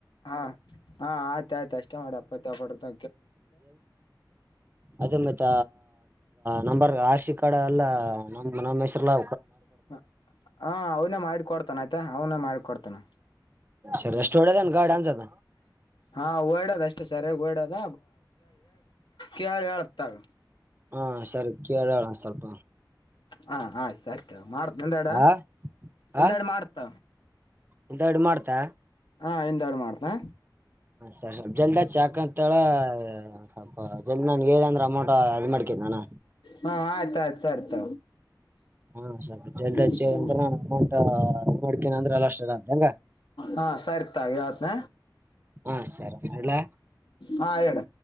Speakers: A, on the left (about 80°); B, on the right (about 25°).
A: ಹಾ ಹಾ ಆಯ್ತ ಆಯ್ತು ಅಷ್ಟೇ ಮಾಡಿ ಅಪ್ಪತ್ತ ಕೊಡತು
B: ಅದೇ ಮತ್ತ ನರ್ ಆಶಿ ಕಾಡ ಎಲ್ಲ ನಮ್ಮ್ ನಮ್ಮ್ ಹೆಸರುಲಾ
A: ಹ ಹ ಅವನೇ ಮಾಡಿಿಕ ಕೊಡ್ತಾನ ಆಯ್ತಾ ಅವನೇ ಮಾಡಿಿಕೊಡ್ತಾನ
B: ಸರಿ ಎಷ್ಟು ಒಳ್ಳದನ್ ಗ ಡಾನ್ಸ್ ಅದ
A: ಹಾ ಓಡ್ಯದ ಅಷ್ಟೇ ಸರಿಯಾಗಿ ಓಡ್ಯದ ಕೇಳ ಹೇಳತ್ತಗ
B: ಹಾ ಸರಿ ಕೇಳೋಣ ಸ್ವಲ್ಪ
A: ಹಾ ಆಯ್ ಸತ್ಯ ಮಾಡತ ಎಂದಾಡ
B: ಆ
A: ಹಿಂದಾಡು
B: ಆ
A: ಮಾಡ್ತ
B: ಇಂತ ಇಡ್ ಮಾಡ್ತಾ
A: ಹಾ ಎಂದಾಡು ಮಾಡ್ತಾ
B: ಸ ಸ್ವಲ್ಪ ಜಲ್ದ ಚಾಕ್ ಅಂತೇಳ ಸ್ವಲ್ಪ ಜಲ್ದಿ ನನ್ ಹೇಳ ಅಂದ್ರೆ ಅಮೌಂಟ್ ಅದ್ ಮಾಡ್ಕೇನಿ ನಾನ
A: ಹಾ ಆಯ್ತ ಆಯ್ತು ಸರಿತ
B: ಹಾ ಸ್ವಲ್ಪ ಜಲ್ದಿ ಹಚ್ಚಿ
A: ಷ
B: ಅಂದ್ರ ನಾನು ಅಮೌಂಟ್ ಮಾಡ್ಕೇನಿ ಅಂದ್ರ ಎಲ್ಲ ಅಷ್ಟ ಅದ ಹೆಂಗ
A: ಹಾ ಸರಿರ್ತಾವ ಯತ್ನ
B: ಹಾ ಸರಿ ಹೇಳಲ
A: ಹಾ ಹೇಳ